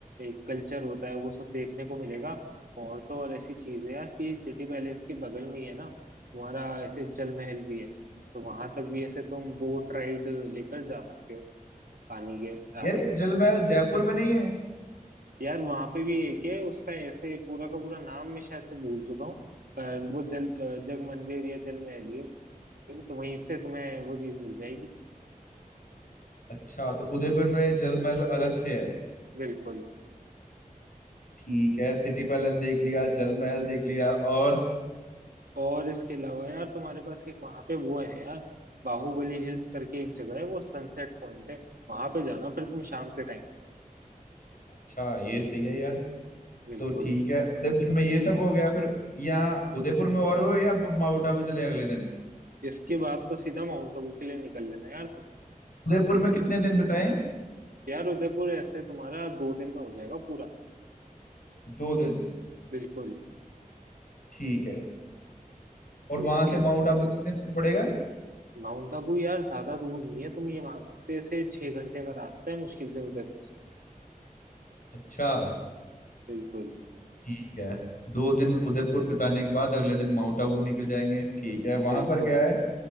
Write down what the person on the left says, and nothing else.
यार ये
जलमहल जयपुर में नहीं है
अच्छा तो उदयपुर में जलमहल अलग से है
ठीक है सिटी पैलेस देख लिया जलमहल देख लिया और
अच्छा ये सही है यार
तो ठीक है उदयपुर में ये सब हो गया फिर यहाँ उदयपुर में और हो या माउंट आबू चले अगले दिन
उदयपुर में कितने दिन बिताए
दो दिन
ठीक है और वहां
से माउंट आबू कितने दूर पड़ेगा
अच्छा
ठीक है दो दिन उदयपुर बिताने के बाद अगले दिन माउंट आबू निकल जाएंगे ठीक है वहां
पर क्या है